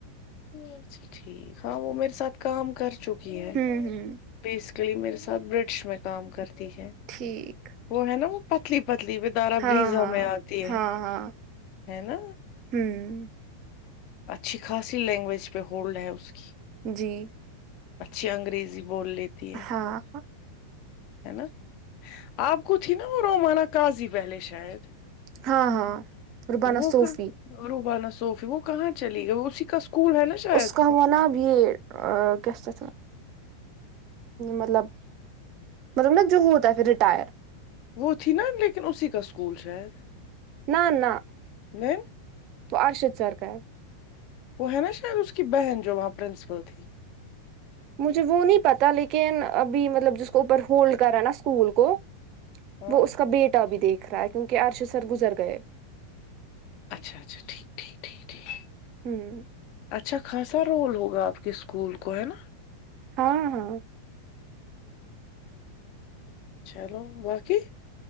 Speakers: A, on the left; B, on the right.
A: اچھا ٹھیک ہاں وہ میرے ساتھ کام کر چکی ہے
B: ہوں ہوں
A: پیس میرے ساتھ برڈش میں کام کرتی ہے
B: ٹھیک
A: وہ ہے نا وہ پتلی پتلی و دارا
B: ہاں
A: بریزا
B: ہاں
A: میں آتی ہے
B: ہاں ہاں
A: ہے نا
B: ہوں
A: اچھی خاصی لینگویج پہ ہولڈ ہے اس کی
B: جی
A: اچھی انگریزی بول لیتی ہے
B: ہاں ہاں
A: ہے نا آپ کو تھی نا وہ رومانا کاازی پہلے شاید
B: ہاں ہاں ربانہ
A: وہ
B: صوفی
A: کا روبانا صوفی وہ کہاں چلیے گئی وہ اسی کا اسکول ہے نا شاید
B: اس کا <unintelligible> ہوا ہے نا یے کیسے مطلب مطلب نا جوہوتا ہےنا پھر رٹائر
A: وہ تھی نا لیکن اسی کا اسکول شاید
B: نہ نہ
A: دین
B: تو ارشد سر کار
A: وہ ہے نا شاید اس کی بہن جو وہاں پرنسپل تھی
B: مجھے وہ نہیں پتا لیکن ابھی مطلب جس کو اوپر ہولڈ کر رہا ہے نا اسکول کو
A: ہاں
B: وہ اس کا بیٹا بھی دیکھ رہا ہے کیونکہ ارشد سر گزر گئے
A: اچھا اچھا ٹھیک ٹھیک ٹھیک ٹھیک
B: ہوں
A: اچھا خاصا رول ہوگا آپ کے اسکول کو ہے نا
B: ہاں ہاں
A: چلو باقی